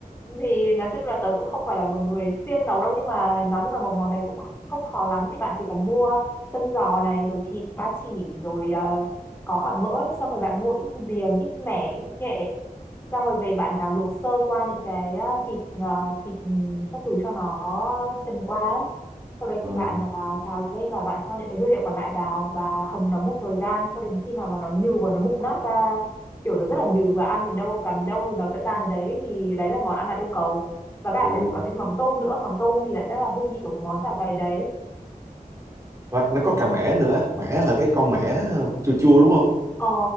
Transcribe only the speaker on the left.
thì nói chung là tớ cũng không phải là một người siêng nấu đâu nhưng mà nói chung là một món này cũng không khó lắm thì bạn chỉ cần mua chân giò này rồi thịt ba chỉ rồi ờ, có cả mỡ ấy. xong rồi bạn mua ít giềng ít mẻ ít nghệ Xong rồi về bạn là luộc sơ qua những cái à, thịt à, thịt ừ, các thứ cho nó trần qua ấy. Sau đấy
thì bạn à, xào lên và bạn cho những cái nguyên liệu còn lại vào và hầm nó một thời gian cho đến khi nào mà nó nhừ và nó mục nát ra kiểu nó rất là nhừ và ăn đến đâu cắn đâu thì nó sẽ tan đến đấy thì đấy là món ăn đạt yêu cầu và cả
phải có thêm mắm tôm nữa mắm tôm thì lại rất là hương vị của cái món chả cầy đấy
Ờ,